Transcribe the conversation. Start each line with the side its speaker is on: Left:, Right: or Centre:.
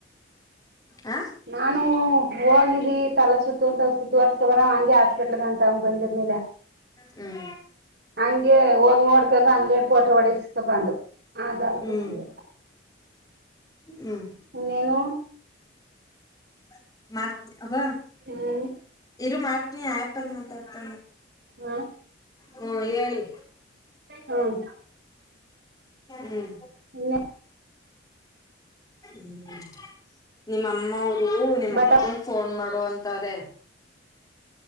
Left: ಹಾ
Right: ನಾನು ಹೋಗಿದ್ದೀ ತಲೆ ಸುತ್ತು ಅಂತ <unintelligible> ತೋರುಸ್ಕೊಂಡ್ ಬರ <unintelligible> ಹಾಸ್ಪಿಟ್ಲ್ಗ ಅಂತ ಅವ ಬಂದಿರ್ನಲ.
Left: ಹ್ಮ್
Right: ಹಂಗೆ ಹೋಗ್ ನೋಡ್ಕೊಂಡ ಹಂಗೇ ಪೋಟೋ ಹೊಡಸ್ಕೊ ಬಂದು. ಆಧಾರಕ್ಕೆ
Left: ಹ್ಮ್
Right: ಬಂದು
Left: ಹ್ಮ್
Right: ಇನ್ನೇನು.
Left: <unintelligible> ಅವ್ವ.
Right: ಹ್ಮ್
Left: ಇರು ಮಾಡ್ತನಿ <unintelligible> ಮಾತಾಡ್ತ.
Right: ಹಾ
Left: ಹ್ಮ ಹೇಳಿ
Right: ಹ್ಮ್
Left: ಹ್ಮ್.
Right: ಇನ್ನೇ
Left: ಹ್ಮ್ ನಿಮ್ಮಮ್ಮವರುಗ ನಿಮ್ಮ
Right: ಬಟ
Left: ಅಪ್ಪ ಫೋನ್ ಮಾಡು ಅಂತಾರೆ